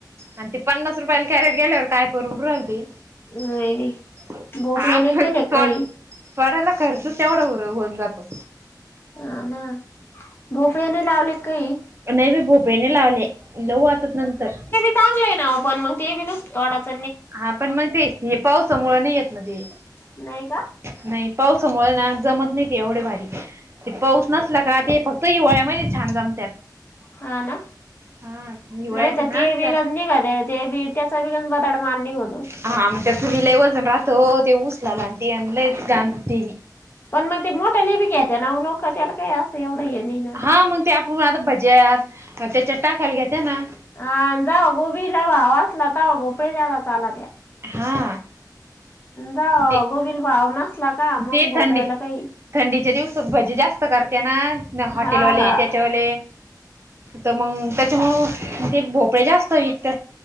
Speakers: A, on the right; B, on the left.
A: आणि ते पन्नास रुपयाला कॅरेट गेल्यावर काय पोर <inaudible> उ <unintelligible>
B: नाही नाही भोपळे
A: <inaudible> आ
B: नाही
A: ड
B: केले
A: तोड्याला
B: काही
A: खर्च तेवढा होऊन जातो.
B: ह ना भोपळने लावले काही.
A: नाही मी भोपेने लावले लऊ आहतात नंतर.
B: चांगलंय ना पण मग ते <inaudible> नाच थडाच
A: हा पण मग ते हे पाऊस <inaudible> समोळ नाही येत ना ते.
B: नाहीय का.
A: नाही. पावसामुळे ना जमत नाही एवढे भारी. ते पाऊस नसला का ते फक्त हिवाळ्यामध्येहि छान जमतात.
B: हा ना
A: हा हिवाळ्यात
B: नाही तर
A: ना
B: ते बघ
A: त्या
B: निघात. ते बी त्याचा बी गण बड <inaudible> मान होतो.
A: हा <inaudible> मग त्यास विलाय वजन राहतो ते उचलाला आणिटी <inaudible> ल जाती
B: पण मग ते मोठ्या लिप घ्या त्या ना लोक त्याला काही असं एवढं ये नाही.
A: हा मग ते <inaudible> आप आता भज्यात त्याच्या टाकायला घेते ना.
B: हा जाव गोबीला <inaudible> भाव वाचला त <inaudible> भोपळेला चाला त्या
A: हा.
B: जा
A: ते
B: <inaudible> गोविल भाव नसला का मग
A: ते थंडी
B: भोपयाला काही.
A: थंडीच्या दिवसात भजी जास्त करते ना हॉटेलवाले
B: हा हा
A: त्याच्यावाले. तर मग त्याच्यामुळं तेे भोपळे जास्त <inaudible> इत